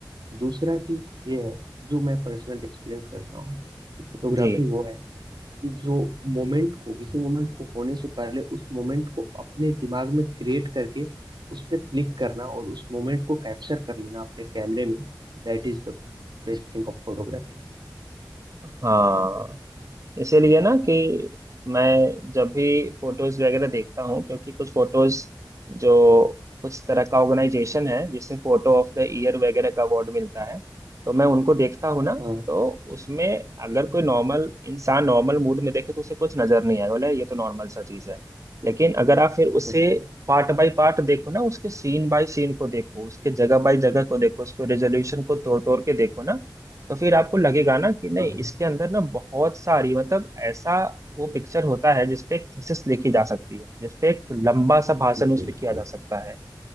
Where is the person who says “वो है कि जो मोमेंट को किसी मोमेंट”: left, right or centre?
Right